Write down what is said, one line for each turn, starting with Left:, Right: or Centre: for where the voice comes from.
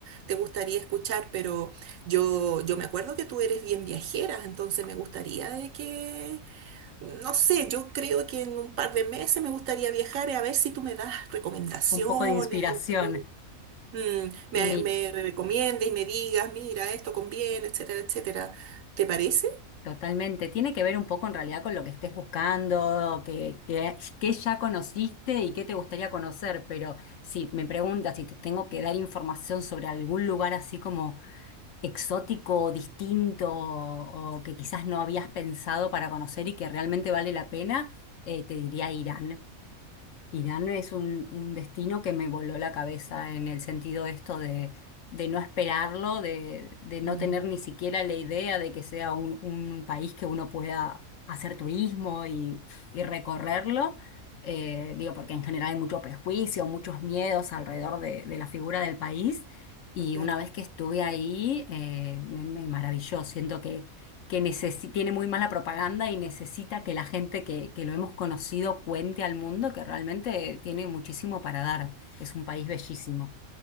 Right: te gustaría escuchar, pero yo, yo me acuerdo que tú eres bien viajera, entonces me gustaría de que No sé, yo creo que en un par de meses me gustaría viajar a ver si tú me das recomendaciones,
Left: Un poco de inspiración.
Right: algo que- mm, me,
Left: Mi,
Right: me recomiendes y me digas, mira, esto conviene, etcétera, etcétera. ¿Te parece?
Left: totalmente. Tiene que ver un poco en realidad con lo que estés buscando, que, que, que ya conociste y qué te gustaría conocer. Pero si me preguntas si te tengo que dar información sobre algún lugar así como exótico, distinto o, o que quizás no habías pensado para conocer y que realmente vale la pena, eh, te diría Irán. Irán es un, un destino que me voló la cabeza en el sentido esto de, de no esperarlo, de, de no
Right: Mm,
Left: tener ni siquiera la idea de que sea un, un país que uno pueda hacer turismo y, y recorrerlo. Eh, digo, porque en general hay mucho prejuicio, muchos miedos alrededor de, de la figura del país. Y
Right: claro,
Left: una vez que estuve ahí, eh, me, me maravilló. Siento que necesi- tiene muy mala propaganda y necesita que la gente que, que lo hemos conocido cuente al mundo que realmente tiene muchísimo para dar. Es un país bellísimo.